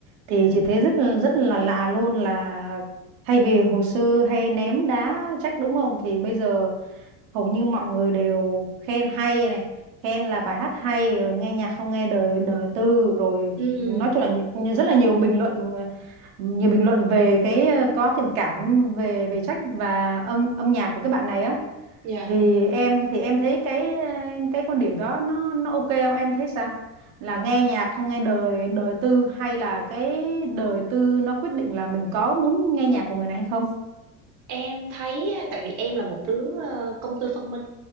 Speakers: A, on the right (about 75°); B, on the right (about 50°).
A: Thì
B: dạ
A: chị thấy rất rất là lạ luôn là thay vì hồi xưa hay ném đá trách đúng không thì bây giờ hầu như mọi người đều khen hay này khen là bài hát hay rồi nghe nhạc không nghe đời đời tư rồi
B: ừ
A: nói chung là nhi- nhi- rất là nhiều bình luận nhiều bình luận về cái ờ, có tình cảm về về trách và âm âm nhạc của các bạn này á
B: dạ
A: thì em thì em thấy cái ờ, cái quan điểm đó nó nó ok không em thấy sao là nghe nhạc không nghe đời đời tư hay là cái đời tư nó quyết định là mình có muốn nghe nhạc của người này hay không
B: Em thấy á, tại vì em là một đứa ờ, công tư phân minh